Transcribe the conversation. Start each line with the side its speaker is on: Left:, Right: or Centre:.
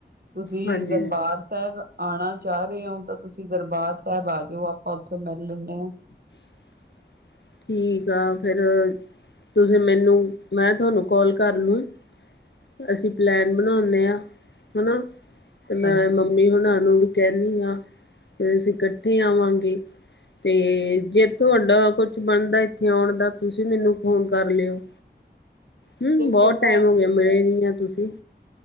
Right: ਤੁਸੀਂ,
Left: ਹਾਂਜੀ।
Right: ਦਰਬਾਰ ਸਾਹਿਬ ਆਉਣਾ ਚਾਹ ਰਹੇ ਹੋ ਤਾਂ ਤੁਸੀਂ ਦਰਬਾਰ ਸਾਹਿਬ ਆ ਜਾਓ ਆਪਾਂ ਉੱਥੇ ਮਿਲ ਲੈਂਦੇ ਹਾਂ।
Left: <inaudible> ਠੀਕ ਆ। ਫੇਰ ਤੁਸੀਂ, ਮੈਨੂੰ। ਮੈਂ, ਤੁਹਾਨੂੰ ਕੋਾਲ ਕਰ ਲੂੰ। ਅਸੀਂ ਪਲੈਨ, ਬਣਾਉਦੇ ਹਾਂ। ਹਨਾ, ਤੇ ਮੈਂ,
Right: ਹਾਂਜੀ,
Left: ਮੰਮੀ ਵੀ ਹੁਣ ਨੂੰ, ਵੀ ਕਹਿੰਦੀ ਹਾਂ। ਫੇਰ ਅਸੀਂ, ਇਕੱਠੇ ਆਵਾਂਗੇ। ਤੇ, ਜੇ ਤੁਹਾਡਾ, ਕੁਛ ਬਣਦਾ, ਇੱਥੇ ਆਉਣ ਦਾ। ਤੁਸੀਂ, ਮੈਨੂੰ ਫੋਨ ਕਰ ਲਿਓ। ਹੂੰ,
Right: ਦੇਖੋ
Left: ਬਹੁਤ
Right: ਭੈਣ
Left: ਟਾਈਮ, ਹੋ
Right: ਜੀ
Left: ਗਿਆ। ਮਿਲੇ ਨੀ, ਆ ਤੁਸੀਂ।